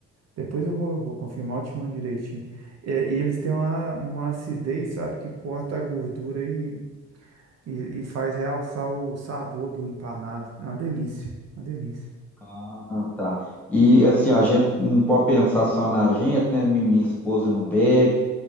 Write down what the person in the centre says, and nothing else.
Ah, tá. E assim, a gente não pode pensar só na gente, né? Mi- Minha esposa não bebe.